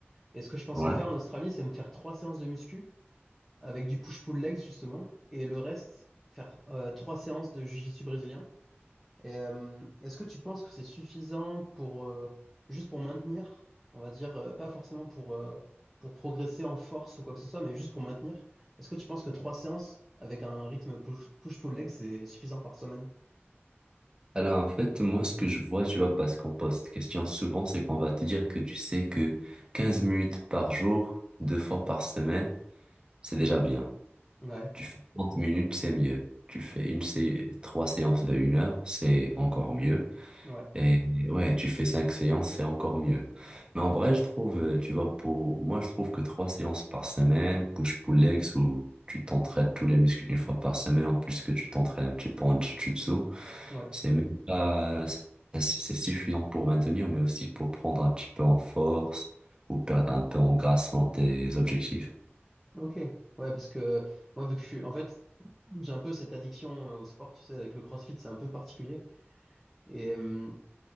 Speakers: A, in the centre; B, on the right.
A: Et ce que je pensais
B: ouais.
A: faire en Australie, c'est me faire trois séances de muscu avec du push-pull legs justement, et le reste faire euh, trois séances de jiu-jitsu brésilien. Et, euh, est-ce que tu penses que c'est suffisant pour euh, juste pour maintenir, on va dire, euh, pas forcément pour euh, pour progresser en force ou quoi que ce soit, mais juste pour maintenir? Est-ce que tu penses que trois séances avec un rythme push- push-pull legs c'est suffisant par semaine?
B: Alors, en fait, moi, ce que je vois, tu vois, parce qu'on pose cette question souvent, c'est qu'on va te dire que tu sais que 15 minutes par jour, deux fois par semaine, c'est déjà bien.
A: Ouais,
B: Tu fais 30 minutes, c'est mieux. Tu fais une sé trois séances de une heure, c'est encore mieux.
A: ouais,
B: Et ouais, tu fais cinq séances, c'est encore mieux. Mais en vrai, je trouve, euh, tu vois, pour moi, je trouve que trois séances par semaine, push-pull legs, où tu t'entraînes tous les muscles une fois par semaine, en plus que tu t'entraînes un petit peu en jiu-jitsu,
A: ouais.
B: c'est même pas, c'est c'est suffisant pour maintenir, mais aussi pour prendre un petit peu en force ou perdre un peu en grâce dans tes objectifs.
A: Ok, ouais, parce que moi, vu que je suis, en fait, j'ai un peu cette addiction euh, au sport, tu sais, avec le CrossFit, c'est un peu particulier. Et euh,